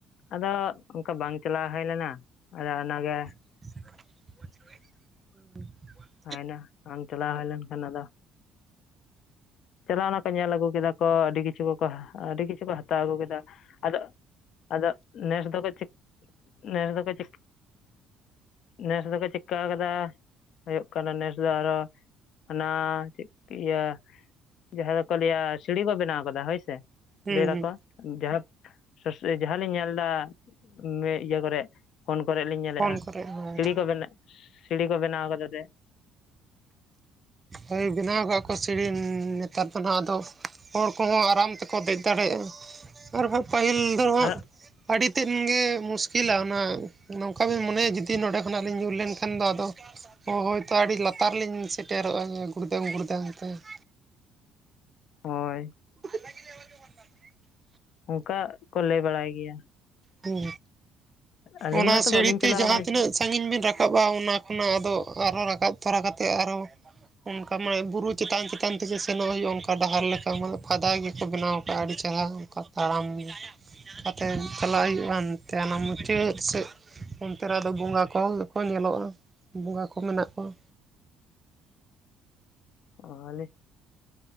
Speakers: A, on the left; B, on the right.
A: ᱟᱫᱚ ᱚᱱᱠᱟ ᱵᱟᱝ ᱪᱟᱞᱟᱣ ᱦᱩᱭ ᱞᱮᱱᱟ ᱟᱫᱚ ᱚᱱᱟᱜᱮ
B: <unintelligible>
A: ᱦᱳᱭᱱᱟ ᱟᱢ ᱪᱟᱞᱟᱣ ᱦᱳᱭ ᱞᱮᱱᱠᱷᱟᱱ ᱟᱫᱚ ᱪᱟᱞᱟᱣᱱᱟ ᱠᱚ ᱧᱮᱞ ᱟᱹᱜᱩ ᱠᱮᱫᱟ ᱠᱚ ᱟᱹᱰᱤ ᱠᱤᱪᱷᱩ ᱠᱚᱠᱚ ᱟᱹᱰᱤ ᱠᱤᱪᱷᱩ ᱠᱚ ᱦᱟᱛᱟᱣ ᱟᱹᱜᱩ ᱠᱮᱫᱟ, ᱟᱫᱚ ᱟᱫᱚ ᱱᱮᱥ ᱫᱚᱠᱚ ᱪᱮᱠ, ᱱᱮᱥ ᱫᱚᱠᱚ ᱪᱮᱠ ᱱᱮᱥ ᱫᱚᱠᱚ ᱪᱮᱠᱠᱟᱹ ᱠᱟᱫᱟ ᱦᱩᱭᱩᱜ ᱠᱟᱱᱟ ᱱᱮᱥ ᱫᱚ ᱟᱨᱦᱚᱸ ᱚᱱᱟ ᱪᱮᱫ ᱤᱭᱟᱹ ᱡᱟᱦᱟᱸ ᱫᱚᱠᱚ ᱞᱟᱹᱭᱟ ᱥᱤᱲᱤ ᱠᱚ ᱵᱮᱱᱟᱣ ᱠᱟᱫᱟ ᱦᱳᱭ ᱥᱮ᱾
B: ᱦᱩᱸ
A: ᱞᱟᱹᱭ
B: ᱦᱩᱸ
A: ᱫᱟᱠᱚ ᱡᱟᱦᱟᱸ ᱥᱳᱥ ᱡᱟᱦᱟᱸ ᱞᱤᱧ ᱧᱮᱞ ᱫᱟ ᱢᱮᱜ ᱤᱭᱟᱹ ᱠᱚᱨᱮ, ᱯᱷᱳᱱ ᱠᱚᱨᱮ ᱞᱤᱧ ᱧᱮᱞᱮᱫᱼᱟ,
B: ᱯᱷᱳᱱ ᱠᱚᱨᱮ ᱦᱳᱭ
A: ᱥᱤᱲᱤ ᱠᱚ ᱵᱮᱱᱟᱣ ᱥᱤᱲᱤ ᱠᱚ ᱵᱮᱱᱟᱣ ᱠᱟᱫᱟ ᱛᱮ᱾
B: ᱦᱳᱭ ᱵᱮᱱᱟᱣ ᱠᱟᱜ ᱠᱚ ᱥᱤᱲᱧ ᱱᱮᱛᱟᱨ ᱦᱟᱸᱜ ᱟᱫᱚ ᱦᱚᱲ ᱠᱚᱦᱚᱸ ᱟᱨᱟᱢ ᱛᱮᱠᱚ ᱫᱮᱡ ᱫᱟᱲᱮᱭᱟᱜᱼᱟ, ᱟᱨᱦᱚᱸ ᱯᱟᱹᱦᱤᱞ ᱫᱚ ᱦᱟᱸᱜ
A: ᱟᱨ
B: ᱟᱹᱰᱤ ᱛᱮᱫ ᱜᱮ ᱢᱩᱥᱠᱤᱞᱟ ᱚᱱᱟ ᱱᱚᱝᱠᱟ ᱵᱤᱱ ᱢᱚᱱᱮᱭᱟ ᱡᱩᱫᱤ ᱱᱚᱰᱮ ᱠᱷᱚᱱᱟᱜ ᱞᱤᱧ ᱧᱩᱨ ᱞᱮᱱᱠᱷᱟᱱ ᱫᱚ ᱟᱫᱚ ᱚᱦᱸ, ᱦᱳᱭᱛᱚ ᱟᱹᱰᱤ ᱞᱟᱛᱟᱨ ᱨᱮ ᱞᱤᱧ ᱥᱮᱴᱮᱨᱚᱜᱼᱟ ᱜᱩᱲᱫᱟᱹᱢ ᱜᱩᱲᱫᱟᱹᱟᱝ ᱛᱮ ᱾
A: ᱦᱳᱭ᱾
B: <inaudible>
A: ᱚᱱᱠᱟ ᱠᱚ ᱞᱟᱹᱭ ᱵᱟᱲᱟᱭ ᱜᱮᱭᱟ᱾
B: ᱦᱮᱸ
A: ᱟᱹᱞᱤᱧ
B: ᱚᱱᱟ
A: ᱢᱟᱛᱚ
B: ᱥᱟᱹᱲᱤᱛᱮ
A: ᱵᱟᱹᱞᱤᱧ ᱪᱟᱞᱟᱣ
B: ᱡᱟᱦᱟᱸ
A: ᱠᱟᱱᱟ
B: ᱛᱤᱱᱟᱹᱜ ᱥᱟᱺᱜᱤᱧ ᱵᱮᱱ ᱨᱟᱠᱟᱵᱟ ᱚᱱᱟ ᱠᱷᱚᱱᱟᱜ ᱟᱫᱚ ᱟᱨ ᱦᱚᱸ ᱨᱟᱠᱟᱵ ᱛᱚᱨᱟ ᱠᱟᱛᱮ ᱟᱨᱦᱚᱸ ᱚᱝᱠᱟ ᱢᱟ ᱵᱩᱨᱩ ᱪᱮᱛᱟᱱ ᱪᱮᱛᱟᱱ ᱛᱮᱜᱮ ᱥᱮᱱᱚᱜ ᱦᱩᱭᱩᱜᱼᱟ, ᱚᱝᱠᱟ ᱰᱟᱦᱟᱨ ᱞᱮᱠᱟ ᱢᱟᱱᱮ ᱯᱷᱟᱭᱫᱟ ᱜᱮᱠᱚ ᱵᱮᱱᱟᱣ ᱟᱠᱟᱜᱼᱟ ᱟᱹᱰᱤ ᱪᱮᱦᱨᱟ ᱚᱝᱠᱟ ᱛᱟᱲᱟᱢ ᱟᱛᱮ ᱪᱟᱞᱟᱜ ᱦᱩᱭᱩᱜᱼᱟ ᱮᱱᱛᱮ ᱟᱱᱟ ᱢᱩᱪᱟᱹᱫ ᱥᱮᱫ᱾ ᱚᱱᱛᱮ ᱨᱮ ᱟᱫᱚ ᱵᱚᱸᱜᱟ ᱠᱚᱠᱚ ᱧᱮᱞᱚᱜᱼᱟ ᱵᱚᱸᱜᱟ ᱠᱚ ᱢᱮᱱᱟᱜ ᱠᱚᱣᱟ᱾
A: ᱚ ᱣᱟᱞᱮ